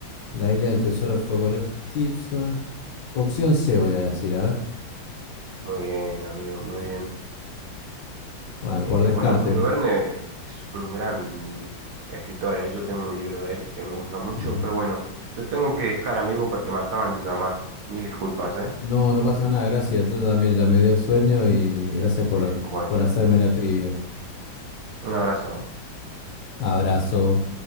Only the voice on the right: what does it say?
Muy bien, amigo, muy bien.
Eh,
bueno, Julio Verne es un gran escritor, eh, Yo tengo un libro de él que me gusta mucho,
pero bueno, te tengo que dejar, amigo, porque me acaban de llamar. Mil disculpas, ¿eh?
Bueno,
un abrazo.